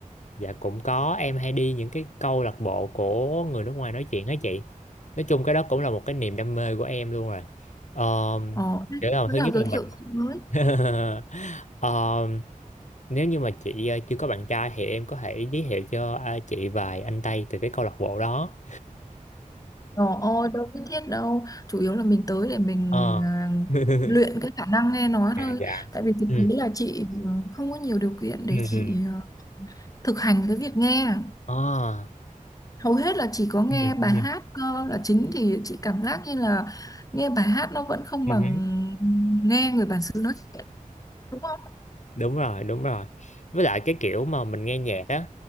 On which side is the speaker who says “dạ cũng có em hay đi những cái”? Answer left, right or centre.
Left